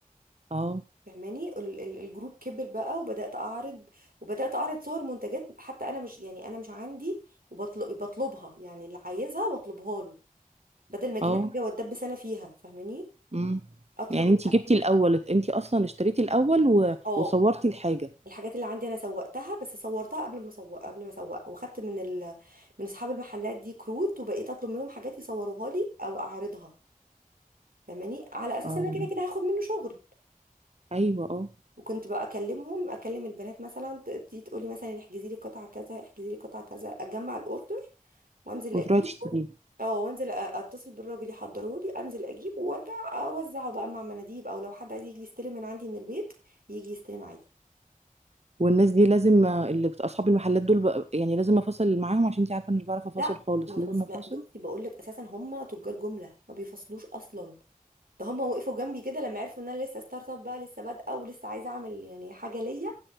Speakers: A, on the right (about 45°); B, on the right (about 85°).
A: اه
B: فهماني ال- ال- الجروب كبر بقى وبدأت أعرض وبدأت أعرض صور منتجات حتى أنا مش يعني أنا مش عندي وبطلب بطلبها يعني اللي عايزها بطلبها له بدل ما أجيب
A: اه
B: الحاجة وأتدبس أنا فيها فاهماني
A: امم
B: أطلب
A: يعني
B: مم.
A: انتي
B: الح...
A: جبتي الأول انتي أصلا اشتريتي الأول و...
B: اه
A: وصورتي الحاجة
B: الحاجات اللي عندي أنا سوقتها بس صورتها قبل ما أسوق قبل ما أسوق وخدت من ال... من أصحاب المحلات دي كروت وبقيت أطلب منهم حاجات يصوروها لي أو أعرضها فاهماني على أساس
A: اه
B: إن أنا كده كده هاخد منه شغل
A: أيوة اه
B: وكنت بقى اكلمهم اكلم البنات مثلا ت- تيجي تقولي مثلا احجزي لي قطعه كذا احجزي لي قطعه كذا اجمع الاوردر وانزل
A: وتروحي
B: اجيبه
A: تشتريه
B: اه وانزل أ- اتصل بالراجل يحضره لي انزل اجيبه وارجع اوزعه بقى مع مناديب او لو حد عايز يجي يستلم من عندي من البيت يجي يستلم عادي
A: والناس دي لازم آه، اللي بت- أصحاب المحلات دول بقى- يعني لازم أفاصل معاهم عشان انتي عارفة أنا مش بعرف أفاصل
B: لا
A: خالص
B: ما فص...
A: لازم أفاصل
B: ما- بصي بقول لك اساسا هم تجار جمله ما بيفصلوش اصلا ده هم وقفوا جنبي كده لما عرفوا ان انا لسه ستارت اب بقى لسه بادئه ولسه عايزه اعمل يعني حاجه ليا